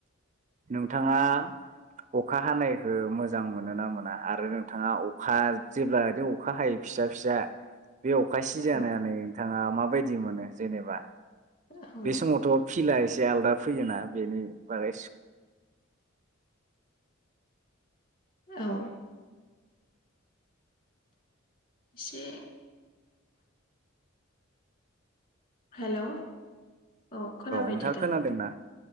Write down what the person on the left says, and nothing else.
औ
औ
औ। एसे हेलौ औ खोनाबायदे
दा